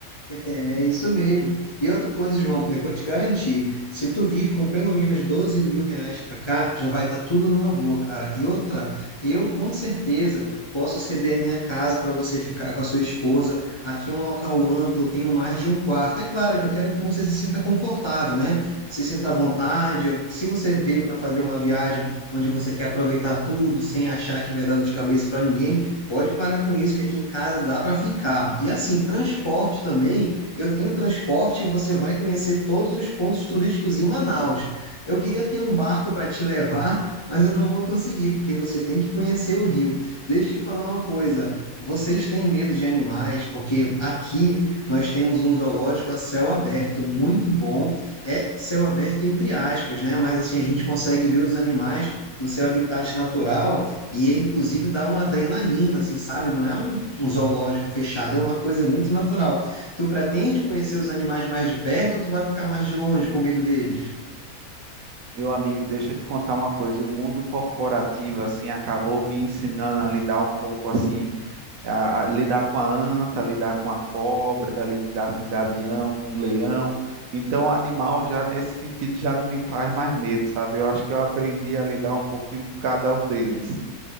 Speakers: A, on the left; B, on the right.
A: É, é isso mesmo. E outra coisa, João, eu vou te garantir, se tu vir com pelo menos doze mil reais pra cá, já vai estar tudo numa boa, cara. E outra, eu com certeza posso ceder a minha casa para você ficar com a sua esposa. Aqui é um local amplo, eu tenho mais de um quarto. É claro que eu quero que você se sinta confortável, né? Se sinta à vontade. Eu- Se você veio para fazer uma viagem onde você quer aproveitar tudo, sem achar que vai dar dor de cabeça para ninguém, Pode parar com isso, que aqui em casa dá para ficar. E assim, transporte também, eu tenho transporte e você vai conhecer todos os pontos turísticos em Manaus. Eu queria ter um barco para te levar, mas eu não vou conseguir, porque você tem que conhecer o rio. Deixa eu te falar uma coisa. Vocês têm medo de animais, porque aqui nós temos um zoológico a céu aberto, muito bom. É céu aberto entre aspas, né? Mas assim a gente consegue ver os animais no seu habitat natural e inclusive dá uma adrenalina, assim, sabe? Não é um, um zoológico fechado, é uma coisa muito natural. Tu pretende conhecer os animais mais de perto ou tu vai ficar mais de longe com medo deles?
B: Meu amigo, deixa eu te contar uma coisa. O mundo corporativo, assim, acabou me ensinando a lidar um pouco, assim, a- a lidar com a anta, lidar com a cobra, lidar com o gavião, com o leão. Então, o animal já nesse sentido já não me faz mais medo, sabe? Eu acho que eu aprendi a lidar um pouquinho com cada um deles.